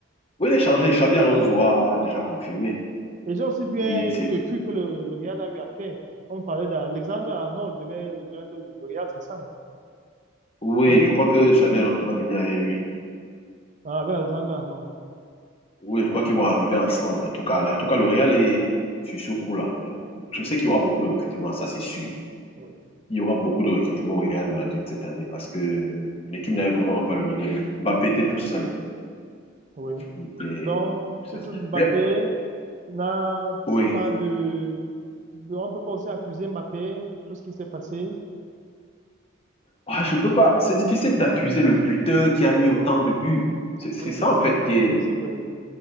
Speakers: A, on the left; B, on the right.
A: Oui, il est changé. Xabi Alonso a déjà confirmé.
B: Et j'ai aussi vu
A: Il,
B: un-
A: c'est
B: une
A: lui.
B: recrue que le, le Real a eu à Caen. On parlait d'Alexandre Arnold devait rejoindre le Real, c'est ça, non?
A: Oui,
B: Avec
A: je crois que Xabi Alonso va venir avec lui.
B: avec Alexandre Arnold.
A: Oui, je crois qu'ils vont arriver ensemble. En tout cas, là, en tout cas, le Real est sur ce coup-là. Et Je sais qu'il y aura beaucoup de recrutements, ça c'est sûr.
B: Ouais.
A: Il y aura beaucoup de recrutements au Real de Madrid cette année parce que l'équipe n'avait vraiment pas le niveau. Mbappé était tout seul.
B: Oui.
A: Il était
B: Donc,
A: il était tout seul.
B: Tutu Mbappé
A: Mais
B: n'a
A: oui,
B: pas de... de- On ne peut pas aussi accuser Mbappé pour tout ce qui s'est passé.
A: Ah, je peux pas. C'est difficile d'accuser le buteur qui a mis autant de buts. C'est c'est
B: Oui,
A: ça
B: c'est
A: en fait qui
B: c'est-
A: est,
B: c'est aussi vrai, oui.